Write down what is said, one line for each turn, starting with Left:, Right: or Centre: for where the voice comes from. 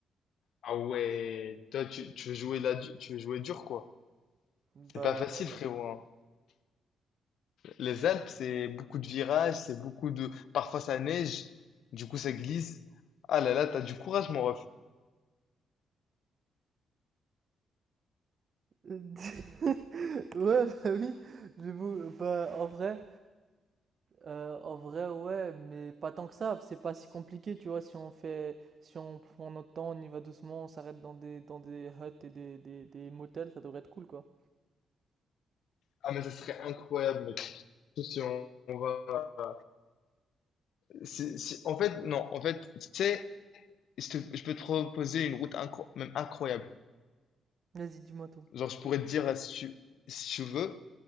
Left: ah ouais, toi, tu, tu veux jouer là, tu veux jouer dur, quoi.
Right: Bah,
Left: C'est pas facile, frérot, hein. Les Alpes, c'est beaucoup de virages, c'est beaucoup de... Parfois ça neige, du coup ça glisse. Ah là là, t'as du courage, mon ref.
Right: <laughs> ouais, bah oui, j'avoue, bah, en vrai, euh, en vrai, ouais, mais pas tant que ça, c'est pas si compliqué, tu vois, si on fait, si on prend notre temps, on y va doucement, on s'arrête dans des, dans des huts et des, des, des motels, ça devrait être cool, quoi.
Left: Ah, mais ça serait incroyable, mec. Surtout Si on on va. C'est- c'est- en fait, non, en fait, tu sais, je, te- je peux te proposer une route incro- même incroyable.
Right: Vas-y, dis-moi tout.
Left: Genre, je pourrais te dire, euh, si tu, si tu veux,